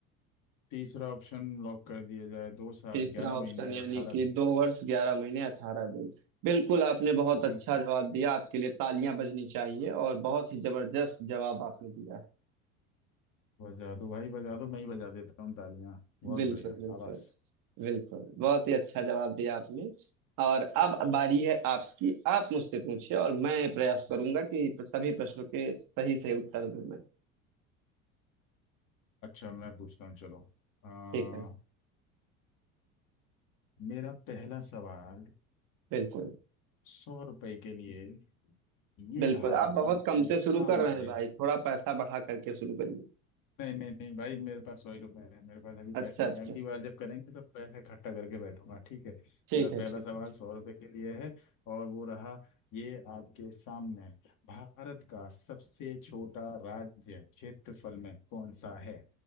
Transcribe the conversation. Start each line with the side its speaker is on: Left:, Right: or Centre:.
Left: तीसरा ऑप्शन लॉक कर दिया जाए दो साल
Right: तीसरा
Left: ग्यारह महीने
Right: ऑप्शन
Left: और
Right: यानी
Left: अठारह
Right: कि
Left: दिन
Right: दो वर्ष ग्यारह महीने अठारह दिन बिल्कुल आपने बहुत अच्छा
Left: बिल्कुल
Right: जवाब दिया आपके लिए तालियां बजनी चाहिए और बहुत ही जबरदस्त जवाब आपने दिया है।
Left: बजा दो भाई बजा दो मैं ही बजा देता हूँ तालियां बहुत
Right: बिल्कुल
Left: बढ़िया
Right: बिल्कुल
Left: शाबाश
Right: बिल्कुल बहुत ही अच्छा जवाब दिया आपने और अब बारी है आपकी आप मुझसे पूछिए और मैं प्रयास करूंगा कि सभी प्रश्नों के सही से उत्तर दूं मैं
Left: अच्छा मैं पूछता हूँ चलो आ,
Right: ठीक है
Left: मेरा पहला सवाल
Right: बिल्कुल
Left: सौ रुपए के लिए ये
Right: बिल्कुल
Left: रहा
Right: आप बहुत
Left: आपके
Right: कम से शुरू
Left: सामने
Right: कर रहे हैं भाई थोड़ा पैसा बढ़ा करके शुरू करिए
Left: नहीं नहीं नहीं भाई मेरे पास सौ ही रुपए हैं मेरे पास अभी
Right: अच्छा
Left: पैसे
Right: अच्छा
Left: नहीं हैं। अगली बार जब करेंगे तो पैसे इकट्ठा करके बैठूंगा ठीक है
Right: ठीक
Left: मेरा
Right: है
Left: पहला
Right: ठीक
Left: सवाल
Right: है
Left: सौ रुपए के लिए है और वो रहा ये आपके सामने भारत का सबसे छोटा राज्य क्षेत्रफल में कौन सा है